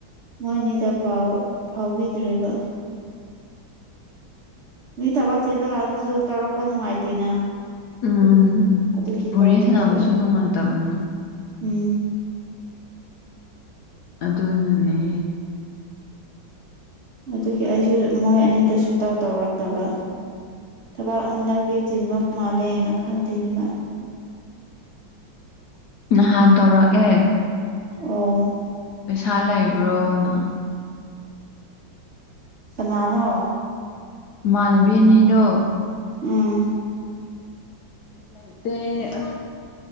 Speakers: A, on the right; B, on the left.
A: ꯃꯣꯏꯅꯤꯗ ꯄꯥꯎ ꯐꯥꯎꯕꯤꯗ꯭ꯔꯔꯤꯕ ꯃꯤ ꯊꯕꯛ ꯆꯦꯟꯕ ꯀꯥꯟꯗꯁꯨ ꯇꯧꯔꯛꯄ ꯅꯨꯡꯉꯥꯏꯇꯦꯅ
B: ꯎꯝ
A: ꯑꯗꯨꯒꯤ
B: ꯋꯥꯔꯤꯦ
A: ꯇꯧꯔꯛꯇꯕ
B: ꯁꯥꯟꯅꯕꯁꯨ ꯅꯨꯡꯉꯥꯏꯇꯕꯅ
A: ꯎꯝ
B: ꯑꯗꯅꯅꯦ
A: ꯑꯗꯨꯒꯤ ꯑꯩꯁꯨ ꯃꯣꯏ ꯑꯅꯤꯗ ꯁ ꯇꯧ ꯇꯧꯔꯛꯇꯕ ꯊꯕꯛ ꯍꯟꯗꯛꯇꯤ ꯆꯤꯟꯕ ꯃꯥꯜꯂꯦꯅ ꯈꯜꯂꯤꯅꯦꯕ
B: ꯍꯥꯗꯔ ꯑꯦ
A: ꯑꯣ
B: ꯄꯩꯁꯥ ꯂꯩꯕ꯭ꯔꯣꯅ
A: ꯅꯥꯅꯣ
B: ꯃꯥꯅꯕꯤꯅꯤꯗꯣ
A: ꯎꯝ
B: ꯥꯏꯦ